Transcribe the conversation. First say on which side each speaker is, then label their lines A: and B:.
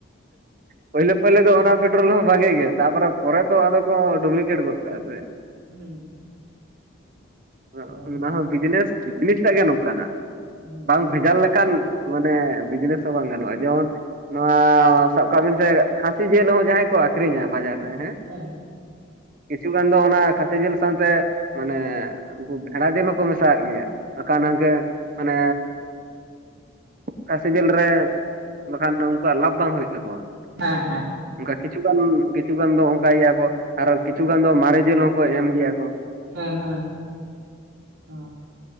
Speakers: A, on the right; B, on the right.
A: ᱯᱳᱭᱞᱳ ᱯᱳᱭᱞᱳ ᱫᱚ ᱚᱱᱟ ᱯᱮᱴᱨᱳᱞ ᱦᱚᱸ ᱵᱷᱟᱜᱮ ᱜᱮ ᱛᱟᱨᱯᱚᱨᱮ ᱯᱚᱨᱮ ᱛᱚ ᱟᱫᱚ ᱠᱚ ᱰᱩᱜᱞᱤᱠᱮᱴ ᱜᱚᱫ ᱠᱟᱜᱼᱟ ᱥᱮ
B: ᱦᱮᱸ
A: ᱾
B: ᱦᱮᱸ
A: ᱚᱱᱟ ᱦᱚᱸ ᱵᱤᱡᱱᱮᱥ ᱾ ᱵᱤᱡᱱᱮᱥ ᱴᱟᱜ ᱜᱮ ᱱᱚᱝᱠᱟᱱᱟᱜ
B: ᱦᱮᱸ
A: ᱵᱟᱝ ᱵᱷᱮᱡᱟᱞ ᱞᱮᱠ ᱠᱟᱱ ᱢᱟᱱᱮ ᱵᱤᱡᱽᱱᱮᱥ ᱦᱚᱸ ᱵᱟᱝ ᱜᱟᱱᱚᱜᱼᱟ ᱡᱮᱢᱚᱱ ᱾ ᱱᱚᱣᱟ ᱥᱟᱵ ᱠᱟᱜ ᱵᱤᱱ ᱥᱮ ᱠᱷᱟᱹᱥᱤ ᱡᱤᱞ ᱦᱚᱸ ᱡᱟᱦᱟᱸᱭ ᱠᱚ ᱟᱹᱠᱷᱨᱤᱧᱟ ᱵᱟᱡᱟᱨ ᱨᱮ ᱦᱮᱸ ᱾
B: ᱦᱮᱸ
A: ᱠᱤᱪᱷᱩ ᱜᱟᱱ ᱫᱚ ᱚᱱᱟ ᱠᱷᱟᱹᱥᱤ ᱡᱤᱞ ᱥᱟᱶᱛᱮ ᱢᱟᱱᱮ ᱩᱱᱠᱩ ᱵᱷᱮᱲᱟ ᱡᱤᱞ ᱦᱚᱸᱠᱚ ᱢᱮᱥᱟᱣᱟᱜ ᱜᱮᱭᱟ ᱾ ᱟᱠᱷᱟᱱ ᱟᱝᱜᱮ ᱢᱟᱱᱮ ᱠᱷᱟᱹᱞᱤ ᱡᱤᱞ ᱨᱮ ᱵᱟᱠᱷᱟᱱ ᱫᱚ ᱩᱱᱠᱩᱣᱟᱜ ᱞᱟᱵᱷ ᱵᱟᱝ ᱦᱩᱭᱩᱜ ᱛᱟᱠᱚᱣᱟ ᱾
B: ᱦᱮᱸ ᱦᱮᱸ ᱾
A: ᱚᱝᱠᱟ ᱠᱤᱪᱷᱩ ᱜᱟᱱ ᱠᱤᱪᱷᱩ ᱜᱟᱱ ᱫᱚ ᱚᱝᱠᱟᱭ ᱜᱮᱭᱟ ᱠᱚ ᱟᱨ ᱠᱤᱪᱷᱩ ᱜᱟᱱ ᱫᱚ ᱢᱟᱨᱮ ᱡᱤᱞ ᱦᱚᱸᱠᱚ ᱮᱢ ᱜᱮᱭᱟ ᱠᱚ ᱾
B: ᱦᱮᱸ ᱦᱮᱸ ᱚ